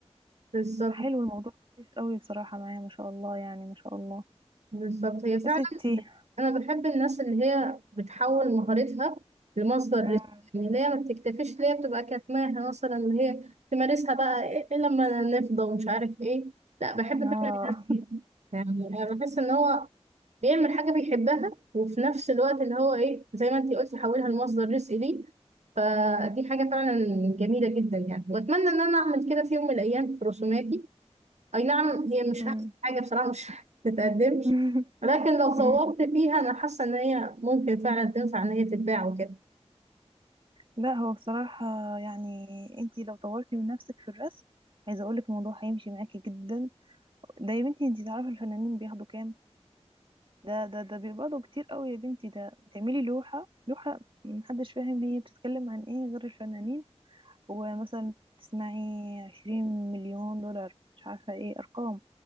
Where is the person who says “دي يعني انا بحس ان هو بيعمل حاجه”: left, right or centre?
Right